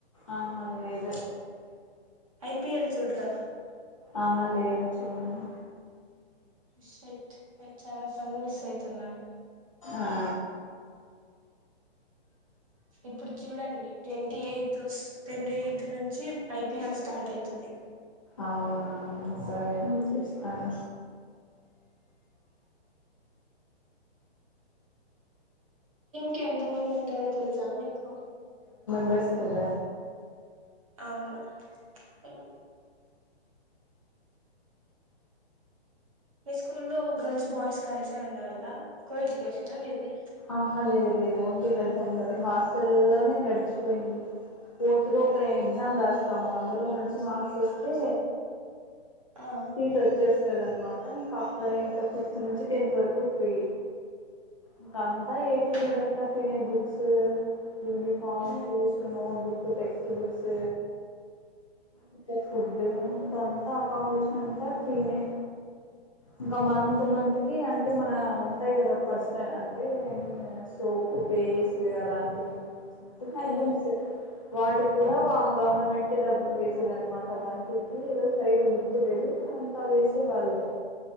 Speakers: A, on the left; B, on the right.
A: ఆ అదేద
B: ఐపిఎల్ చూడరా
A: ఆ లేదు చూన్నా
B: షట్ చాల పన్ మిస్ అయితున్నారు
A: ఆ
B: ఇప్పుడు చూడండి ట్వంటీ ఎయిత్ ట్వంటీ ఎయిత్ నుంచి ఐపీఎల్ స్టార్ట్ అయితుంది
A: అవునా సరే అన్
B: క ఎంత మందిండి తర తెల్ సా మీకు
A: బస్కద
B: అవును హా మీ స్కూల్లో గర్ల్స్ బాయ్స్ కలిసే ఉండల్ళ కో ఎడ్యుకేషనా మీది
A: ఆహా లేదు లేదు ఓన్లీ గల్ఫ అండి మరి హాస్టల్లోనే గడిచిపోయింది ఫోర్త్లో ఒక ఎగ్జామ్ రాస్తాము అందులో మంచి మార్క్స్ వస్తే
B: ఆ
A: సీట్ వచేస్ వస్తదన్మాట ఇంక అక్కడే ఇంక ఫిఫ్త్ నుంచి టెన్త్ వరకు ఫ్రీ. ఇంక అంతా ఏ
B: ఉహు
A: టు జెడ్ అంతా ఫ్రీనే books, uniforms,
B: uh
A: shoes, notebook, text books, ఇంక ఫుడ్ ఇంక అంతా అకామిడేషన్ అంతా ఫ్రీనే. ఇంక మంత్
B: ఉహు
A: మంత్కి అంటే మన ఉంటాయి కదా పర్సనల్ అం టే ఐ మీన్ సోపు, పేస్ట్ అలాంటివి చిన్న చిన్న
B: ఉహు
A: ఐటమ్స్
B: ఉ
A: వాటిక్కూడా గవర్నమెంట్ డబ్బులు వేసేదన్మాట వన్ ఫిఫ్టీ ఏదో సరిగ గుర్తు లేదు అంత వేసే వాళ్ళు.